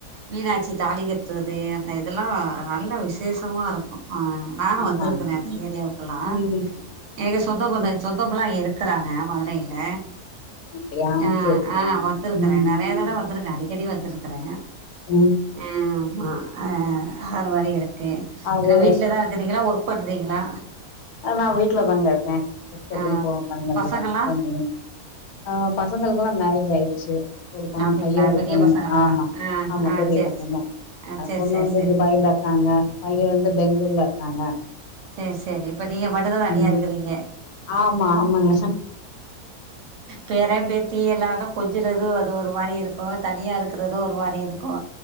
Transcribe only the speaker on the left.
ம்.
ஆமா
ஆமா
ம்
ம்
அப்டியா
சேரி சேரிங்க
ம்
ம்
அது
நா வீட்டு்ல தாங்க இருக்கே <unintelligible>
பண்ணதில்ல
<inaudible> ஆ பசங்களுக்கெல்லா மேரேஜ் ஆயிர் ச்சு ஒரு பொண்
பைய ஒரு
பொண்ணு
ஆமா
ஆமா
பெரிய
பசங்க
பொண்ணு
வந்து
துபாய்ல இருக்காங்க பைய வந்து பெங்களூர்ல இருக்காங்க
ம்
ஆமா ஆமாங்க